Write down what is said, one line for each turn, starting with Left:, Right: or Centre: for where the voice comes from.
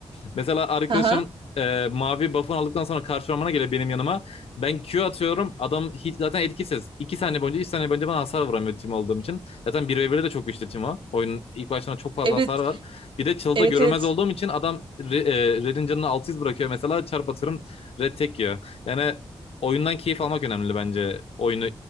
Left: Mesela arkadaşım
Right: Hı hı.
Left: e, mavi buff'ını aldıktan sonra karşı ormana geliyor benim yanıma. Ben Q atıyorum. Adam hiç zaten etkisiz. 2 saniye boyunca 3 saniye boyunca bana hasar vuramıyor Timo olduğum için. Zaten bir ve 1de de çok güçlü Timo. Oyunun ilk başlarına çok fazla
Right: Evet.
Left: hasar var. Bir de çılda
Right: Evet
Left: görünmez
Right: evet.
Left: olduğum için adam re, e, Red'in canını 600 bırakıyor mesela. Çarp atıyorum Red tek yiyor. Yani oyundan keyif almak önemli bence. Oyunu